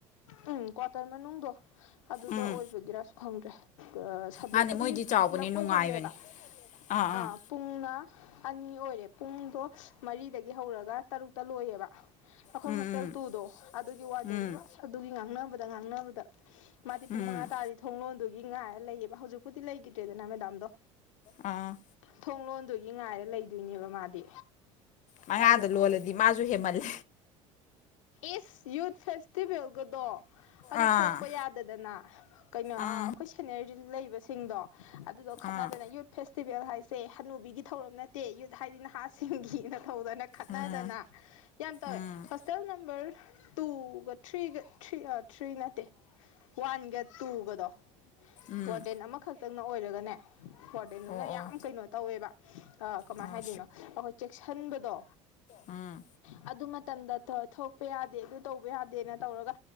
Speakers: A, on the left; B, on the left.
A: ꯎꯝ ꯀ꯭ꯋꯥꯇꯔ ꯃꯅꯨꯡꯗꯣ ꯑꯗꯨꯗ
B: ꯎꯝ
A: ꯑꯣꯏꯕꯒꯤꯔꯁꯨ ꯈꯪꯗ꯭ꯔꯦ꯫ ꯁꯕꯖꯦꯛꯄꯨꯗꯤ
B: ꯃꯥꯅꯦ ꯃꯣꯏꯗꯤ ꯆꯥꯎꯕꯅꯦ
A: ꯄꯨꯂꯞ
B: ꯅꯨꯡꯉꯥꯏꯕꯅꯦ
A: ꯑꯣꯏꯍꯜꯂꯦꯕ
B: ꯑꯥ
A: ꯑ
B: ꯑꯥ
A: ꯄꯨꯡꯅ ꯑꯅꯤ ꯑꯣꯏꯔꯦ ꯄꯨꯡꯗꯣ ꯃꯔꯤꯗꯒꯤ ꯍꯧꯔꯒ ꯇꯔꯨꯛꯇ ꯂꯣꯏꯌꯦꯕ ꯑꯩꯈꯣꯏ
B: ꯎꯝ
A: ꯍꯣꯁꯇꯦꯜ ꯇꯨꯗꯣ ꯑꯗꯨꯒꯤ ꯋꯥꯔꯗꯦꯟꯒ
B: ꯎꯝ ꯎꯝ
A: ꯑꯁ ꯑꯗꯨꯒꯤ ꯉꯥꯡꯅꯕꯗ ꯉꯥꯡꯅꯕꯗ ꯃꯥꯗꯤ
B: ꯎꯝ
A: ꯄꯨꯡ ꯃꯉꯥ ꯇꯥꯔꯗꯤ ꯊꯣꯡꯣꯟꯗꯨꯒꯤ ꯉꯥꯏꯔ ꯂꯩꯌꯦꯕ ꯍꯧꯖꯤꯛꯄꯨꯗꯤ ꯂꯩꯈꯤꯗ꯭ꯔꯦꯗꯅ ꯃꯦꯗꯥꯝꯗꯣ
B: ꯑꯥ
A: ꯊꯣꯡ ꯂꯣꯟꯗꯨꯒꯤ ꯉꯥꯏꯔ ꯂꯩꯗꯣꯏꯅꯦꯕ ꯃꯥꯗꯤ
B: ꯃꯌꯥꯥꯗ
A: ꯑꯗꯣ
B: ꯂꯣꯜꯂꯗꯤ ꯃꯥꯁꯨ ꯍꯦꯃꯜꯂꯦ꯫
A: ꯏꯁ ꯌꯨꯠ ꯐꯦꯁꯇꯤꯚꯦꯜꯒꯗꯣ ꯑꯗꯨ
B: ꯑꯥ
A: ꯊꯣꯛꯄ ꯌꯥꯗꯗꯅ ꯀꯩꯅꯣ
B: ꯑꯥ
A: ꯑꯩꯈꯣꯏ ꯁꯦꯅꯤꯔ ꯂꯩꯕꯁꯤꯡꯗꯣ ꯑꯗꯨꯗꯣ ꯈꯠꯅꯗꯅ
B: ꯑꯥ
A: ꯌꯨꯇ ꯐꯦꯁꯇꯤꯚꯦꯜ ꯍꯥꯏꯁꯦ ꯍꯅꯨꯕꯤꯒꯤ ꯊꯧꯔꯝ ꯅꯠꯇꯦ ꯌꯨꯠ ꯍꯥꯏꯗꯤ ꯅꯍꯥꯁꯤꯡꯒꯤꯅꯊꯧꯧꯗꯅ ꯈꯠꯅꯗꯅ
B: ꯎꯝ
A: ꯌꯥꯝ ꯇꯧꯋꯦ
B: ꯎꯝ
A: ꯍꯣꯁꯇꯦꯜ ꯅꯝꯕꯔ ꯇꯨꯒ ꯊ꯭ꯔꯤꯒ ꯊ꯭ꯔꯤ ꯊ꯭ꯔꯤ ꯅꯠꯇꯦ ꯋꯥꯟꯒ ꯇꯨꯒꯗꯣ
B: ꯎꯝ
A: ꯋꯥꯔꯗꯦꯟ ꯑꯃꯈꯛꯇꯪꯅ ꯑꯣꯏꯔꯒꯅꯦ ꯋꯥꯔꯗꯦꯟꯗꯨꯅ
B: ꯑꯣ ꯑꯣ
A: ꯌꯥꯝ ꯀꯩꯅꯣ ꯇꯧꯋꯦꯕ꯫ ꯀꯃꯥꯏꯅ
B: ꯑꯥ
A: ꯍꯥꯏꯗꯣꯏꯅꯣ ꯑꯩꯈꯣꯏ ꯆꯦꯛꯁꯤꯟꯕꯗꯣ
B: ꯑꯥ
A: ꯑꯗꯨ ꯃꯇꯝꯗ ꯊꯣꯛꯄ ꯌꯥꯗꯦ ꯑꯗꯨ ꯇꯧꯕ ꯌꯥꯗꯦꯅ ꯇꯧꯔꯒ